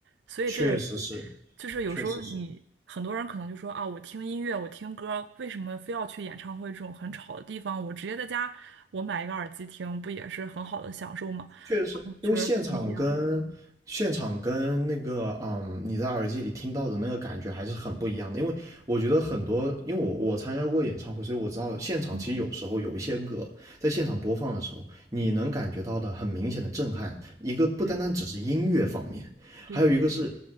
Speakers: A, on the right (about 75°); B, on the right (about 20°).
A: 所以这也是就是有时候你很多人可能就说啊，
B: 确实是，确实是。
A: 我听音乐，我听歌，为什么非要去演唱会这种很吵的地方？我直接在家我买一个耳机听，不也是很好的享受吗？
B: 确实是因为现场跟现场跟那个嗯，
A: 我觉得不一样。
B: 你在耳机里听到的那个感觉还是很不一样的。因为我觉得很多，因为我我参加过演唱会，所以我知道现场其实有时候有一些歌在现场播放的时候，
A: 嗯，
B: 你能感觉到的很明显的震撼。一个不单单只是音乐方面，
A: 对对
B: 还有一个是